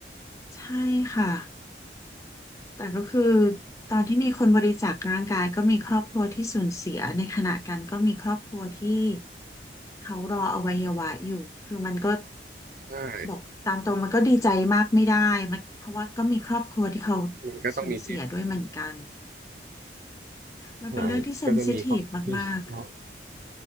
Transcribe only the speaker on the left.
ใช่ค่ะ แต่ก็คือตอนที่มีคนบริจาคร่างกายก็มีครอบครัวที่สูญเสียในขณะกันก็มีครอบครัวที่เขารออวัยวะอยู่คือมันก็
บอกตามตรงมันก็ดีใจมากไม่ได้มันเพราะว่าก็มีครอบครัวที่เขา
สูญเสียด้วยเหมือนกันมันเป็นเรื่องที่เซนซิทีฟมาก